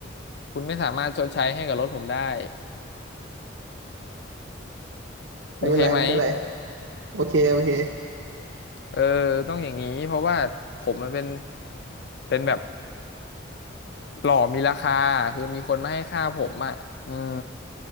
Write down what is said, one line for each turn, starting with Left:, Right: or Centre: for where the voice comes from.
Left: คุณไม่สามารถชดใช้ให้กับรถผมได้โอเคไหม
Right: ไม่เป็นไรไม่เป็นไรโอเคโอเค
Left: เออต้องอย่างนี้เพราะว่าผมมันเป็นเป็นแบบหล่อมีราคาคือมีคนมาให้ค่าผมอ่ะอืม